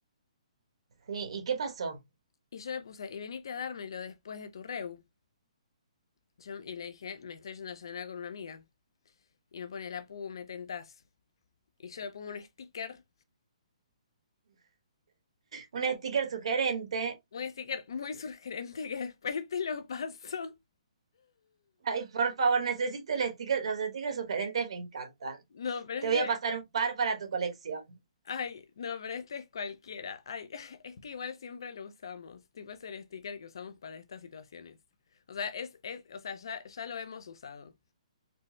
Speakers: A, on the right; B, on the left.
A: Sí, ¿y qué pasó?
B: Y yo le puse, y venite a dármelo después de tu reu. Yo- y le dije, me estoy yendo a cenar con una amiga. Y me pone, la pu, me tentás. Y yo le pongo un sticker,
A: Un sticker sugerente.
B: un sticker muy <laughs> surgente que después te lo paso.
A: Ay, por favor, necesito el sticker, los stickers sugerentes me encantan.
B: No, pero
A: Te
B: es
A: voy
B: de
A: a pasar un par para tu colección.
B: Ay, no, pero este es cualquiera. Ay, <laughs> es que igual siempre lo usamos. Tipo es el sticker que usamos para estas situaciones. O sea, es, es, o sea, ya, ya lo hemos usado.